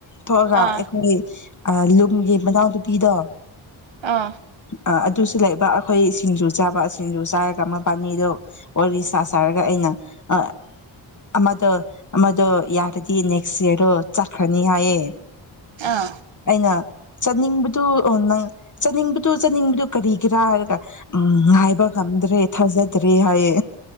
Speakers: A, on the left; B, on the right.
A: ꯊꯣꯛꯑꯒ
B: ꯑꯥ
A: ꯑꯩꯈꯣꯏ ꯑ ꯂꯨꯝꯒꯤ ꯃꯅꯥꯎ ꯅꯨꯄꯤꯗꯣ
B: ꯑꯥ
A: ꯑ ꯑꯗꯨꯁꯨ ꯂꯩꯕ ꯑꯈꯣꯏ ꯁꯤꯡꯖꯨ ꯆꯥꯕ ꯁꯤꯡꯖꯨ ꯆꯥꯔꯒ ꯃꯕꯥꯅꯤꯗꯨ ꯋꯥꯔꯤ ꯁꯥꯥ ꯁꯥꯔꯒ ꯑꯩꯅ ꯑ ꯑꯃꯗꯣ ꯑꯃꯗꯣ ꯌꯥꯔꯗꯤ ꯅꯦꯛꯁ ꯌꯌꯥꯔꯣ ꯆꯠꯈ꯭ꯔꯅꯤ ꯍꯥꯏꯌꯦ
B: ꯑꯥ
A: ꯑꯩꯅ ꯆꯠꯅꯤꯡꯕꯗꯤ ꯅꯪ ꯆꯠꯅꯤꯡꯕꯗꯨ ꯆꯠꯅꯤꯡꯕꯗꯨ ꯀꯔꯤꯒꯤꯔꯥ ꯍꯥꯏꯔꯒ ꯎ ꯉꯥꯏꯕ ꯑꯗ꯭ꯔꯦ ꯊꯖ ꯠꯇꯔꯤ ꯍꯥꯏꯌꯦ